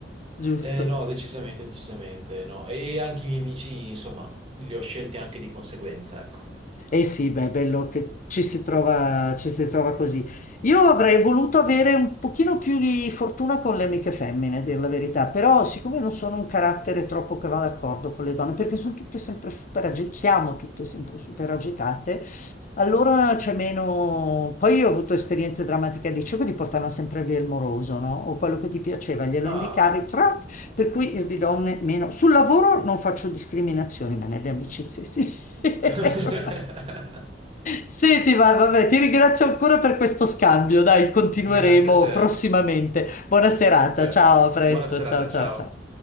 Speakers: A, on the left; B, on the right.
A: giusto?
B: Eh, no, decisamente, decisamente no. E anche i miei amici, insomma, li ho scelti anche di conseguenza, ecco.
A: Eh sì, beh, è bello che ci si trova, ci si trova così. Io avrei voluto avere un pochino più di fortuna con le amiche femmine, a dir la verità, però siccome non sono un carattere troppo che va d'accordo con le donne, perché sono tutte sempre super agitate, siamo tutte sempre super agitate, allora c'è meno... Poi io ho avuto esperienze drammatiche al liceo che ti portavano sempre via il moroso, no? O quello che ti piaceva, glielo
B: Ah,
A: indicavi, per cui io di donne meno. Sul lavoro non faccio discriminazioni, ma nelle amicizie sì. <laughs>
B: <laughs>
A: Senti, va- vabbè, ti ringrazio ancora per questo scambio. Dai, continueremo
B: grazie a te,
A: prossimamente. Buona serata,
B: certo.
A: ciao, a presto,
B: Buona serata,
A: ciao, ciao,
B: ciao.
A: ciao.